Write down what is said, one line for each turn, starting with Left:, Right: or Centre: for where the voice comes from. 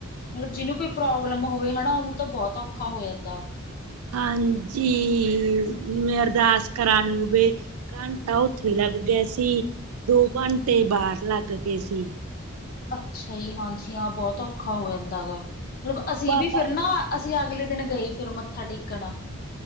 Left: ਮਲਬ
Right: ਹਾਂਜੀ
Left: ਜਿਹਨੂੰ ਕੋਈ ਪ੍ਰੋਬਲਮ ਹੋਵੇ ਹਨਾ ਉਹਨੂੰ ਤਾਂ ਬੋਤ ਔਖਾ ਹੋ ਜਾਂਦਾ।
Right: ਹਾਂਜੀ ਜਿਵੇਂ ਅਰਦਾਸ ਕਰਾਂਣੀ ਬੇ ਘੰਟਾ ਉੱਥੇ ਲੱਗ ਗਿਆ ਸੀ ਦੋ ਘੰਟੇ ਬਾਹਰ ਲੱਗ ਗਏ ਸੀ।
Left: ਅੱਛਾ ਜੀ ਹਾਂਜੀ ਹਾਂ ਬੋਤਲਾਂ ਔਖਾ ਹੋ ਜਾਂਦਾ ਗਾ ਮਤਲਬ ਅਸੀਂ
Right: ਬਾਬਾ
Left: ਵੀ ਫਿਰ ਨਾ ਅਸੀਂ ਅਗਲੇ ਦਿਨ ਗਏ ਫਿਰ ਮੱਥਾ ਟੇਕਣ।